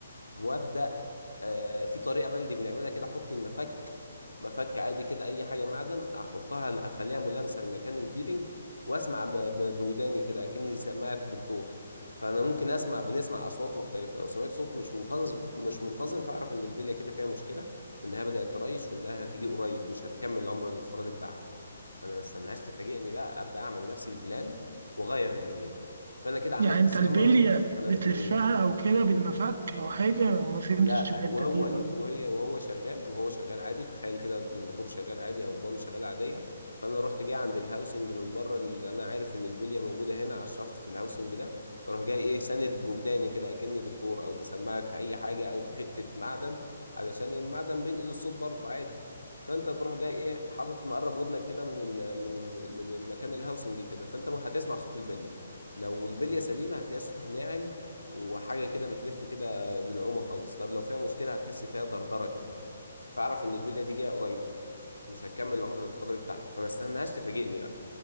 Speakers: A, on the left (about 90°); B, on the right (about 60°).
A: وابدا آه، في طريقه بلدي بنعملها كده احط المفك مفك عادي كده اي حاجه معدن احطها اخليها ملامسه لمكان البيرنج واسمع ب- ب- بوداني كده اكني سماعه الدكتور فانا ممكن اسمع بنسمع اصوات مختلفه لو سمعت صوت مش منتظم مش منتظم فاعرف ان البليه كده فيها مشكله وانها بدات تريش وانها هتيجي قريب مش هتكمل العمر الافتراضي بتاعها فانا ما استناش تفاجئني بقى ابدا اعمل نفسي البلان واغير البليه دي فانا كده عملت
B: يعني انت
A: صيانه
B: البليه
A: تنبؤيه
B: بتلفها او كده بالمفك او حاجه ما فهمتش
A: لا
B: الحته
A: وهو
B: دي او
A: وهي وهو شغال وهو شغال عادي تخيل كده الموتور شغال عادي او البامب شغال عاديه فانا رحت جاي عند الهاوسنج من بره اللي انا عارف ان البليه موجوده هنا على الشفط في الهاوسنج ده فاروح جاي ايه ساند بوداني كده اكني دكتور او بسماعه اي حاجه او بحته معدن علشان المعدن بينقل الصوت برضه عادي فانت تروح جاي ايه حاطط مقرب ودنك كده من ال من ال من المكان الهاوسنج كده فانت هتسمع صوت البليه لو البليه سليمه هتلاقي صوتها ناعم وحاجه كده بتلف كده بنعومه خالص طب لو فيها مشكله هتحس فيها دردره كده فاعرف ان البليه دي جايه قريب مش هتكمل العمر الافتراضي بتاعها فما استناهاش تفاجئني بقى